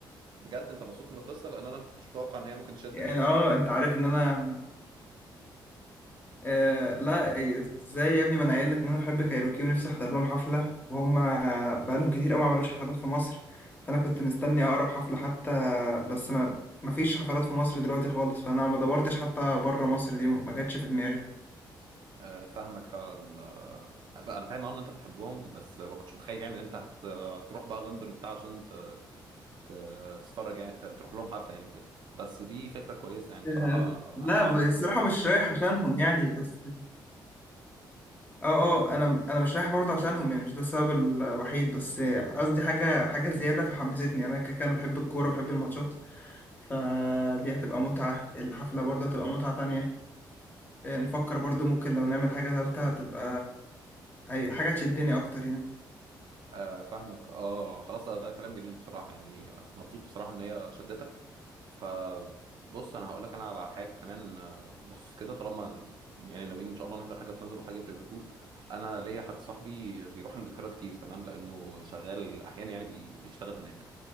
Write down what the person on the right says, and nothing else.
بجد انت مبسوط من القصه لان انا كنتش متوقع ان هي ممكن تشدك
يعني
آه، فاهمك فعلا آه، بقى انا فاهم اه ان انت بتحبهم بس ما كنتش متخيل يعني ان انت هت... هتروح بقى لندن وبتاع عشان ت... ت... تتفرج يعني ت- تروح لهم حفله يعني وكده بس دي فكره كويسه يعني
بصراحه
انا
عن نفسي
متحمس
آه، فاهمك اه خلاص ده ده كلام جميل بصراحة يعني مبسوط بصراحة ان هي شدتك ف بص انا هقول لك انا على حاجه كمان آه، بخصوص كده طالما ال- يعني ناويين ان شاء الله نحضر حاجه في لندن وحاجه في ليفربول انا ليا حد صاحبي بيروح انجلترا كتير تمام لانه شغال احيانا يعني بي... بيشتغل هناك